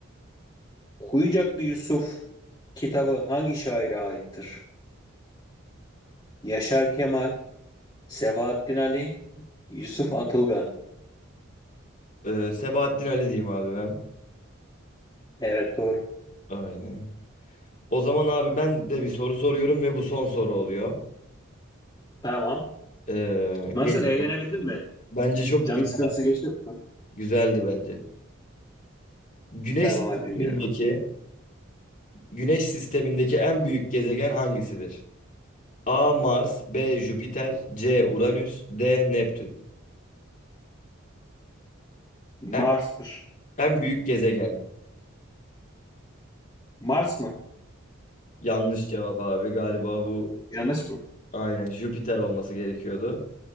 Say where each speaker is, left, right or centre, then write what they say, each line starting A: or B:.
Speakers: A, on the left; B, on the left.
A: Kuyucaklı Yusuf kitabı hangi şaire aittir? Yaşar Kemal, Sebahattin Ali, Yusuf Atılgan.
B: Ee, Sebahattin Ali diyeyim abi ben.
A: Evet doğru.
B: Aynen. O zaman abi ben de bir soru soruyorum ve bu son soru oluyor.
A: Tamam.
B: Ee,
A: Nasıl
B: geliyor.
A: eğlenebildin mi?
B: Bence çok
A: Canın
B: güzel,
A: sıkıntısı geçti mi?
B: güzeldi bence. Güneş
A: Tamam
B: sistemindeki
A: hadi dinliyorum.
B: Güneş sistemindeki en büyük gezegen hangisidir? A. Mars, B. Jüpiter, C. Uranüs, D. Neptün.
A: Mars'tır.
B: En, en büyük gezegen.
A: Mars mı?
B: Yanlış cevap abi galiba bu
A: Yanlış mı?
B: Aynen Jüpiter olması gerekiyordu.